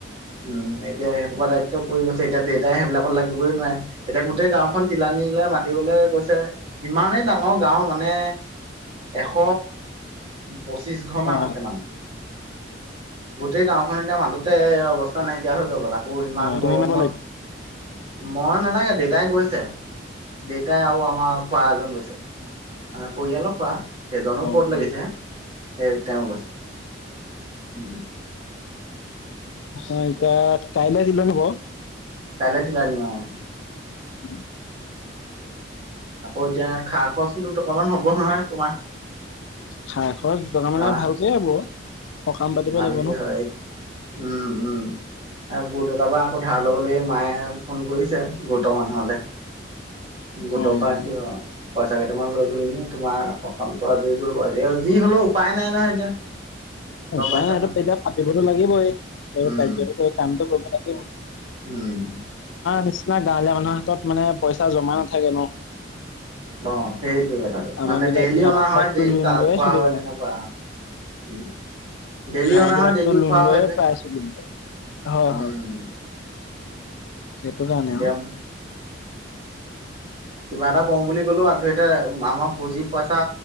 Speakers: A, on the right (about 30°); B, on the left (about 75°).
A: উম এত- এতিয়া সবা দায়িত্ব পৰি গৈছে এতিয়া দে এতিয়া সেইবিলাকত লাগিবই নোৱাৰে, এতিয়া গোটেই গাঁওখন তিলানিলে মাতিবলে গৈছে ইমানেই ডাঙৰ। গাও মানে এশ পঁচিশ ঘৰ মান
B: অ
A: আছে মানুহ। গোটেই গাঁওখন এতিয়া মাতোতে অৱস্থা নাইকিয়া হৈ যাব তাকো। ইমান
B: অ
A: গৰমত।
B: তুমি নাব লাগিব
A: মই নালাগে, দেউতাই গৈছে, দেউতাই আৰু আমাৰ খুৱা এজন গৈছে। মানে পৰিয়াল খোৱা? সেইজনো
B: অ অ
A: বত লাগিছে এ তেওঁ কৈছে, উম।
B: হয় এতিয়া কাইলে তিলনি হ'ব।
A: কাইলে তিলানি অ'
B: <inaudible>
A: আকৌ এতিয়া খা- খৰচোতো অকমান হ'ব নহয়, তোমাৰ।
B: খা-খৰচ গিটা
A: ধৰা
B: মানে ভালকে হ'ব। সকাম পাতিব
A: ভালকে
B: লাগিব ন।
A: হয়। উম - উম আৰু ব গোটৰপা আকৌ ধাৰ ল'বলৈ মায়ে ফোন কৰিছে, গোটৰ মানুহলে। গোটৰ
B: অ',
A: পৰা কিয় পইচা কেইটামান লৈ পেলানি তোমাৰ সকামটো আজৰি কৰিব। এ যি হলেও উপায় নাই নহয় এতিয়া। গম
B: উপায়
A: পাইছা
B: নাই এইটো
A: নে
B: এইবিলাক পাতিবতো লাগিবয়ে। ঘৰৰ
A: উম
B: কাৰ্যতো কৰি কামটো কৰিব কাৰণে
A: উম।
B: নিচিনা গাঁৱলীয়া মানুহ হাতত মানে পইচা জমা নাথাকে ন'।
A: অ' সেইটো কথাটো।
B: আমাৰ
A: মানে
B: বিলাক
A: ডেইলি
B: আমাৰ
A: অনা
B: বিলাকতো
A: হয়, ডেইলি
B: লোন
A: কা-
B: লৈয়ে
A: খোৱা
B: চলিব
A: হয়
B: লাগে
A: তেনেকুৱা। উম, ডেইলি
B: আমাৰ
A: অনা
B: বিলাকতো
A: হয়, ডেইলি
B: লোন
A: খোৱা
B: লৈয়ে
A: হয় যে।
B: প্ৰায় চলিব লাগে। হয়
A: উম।
B: সেইটোৰ কাৰণে
A: এতিয়া
B: আও।
A: কিবা এটা কওঁ বুলি ক'লেও আ তো এতিয়া আমাৰ পুঁজি পইচা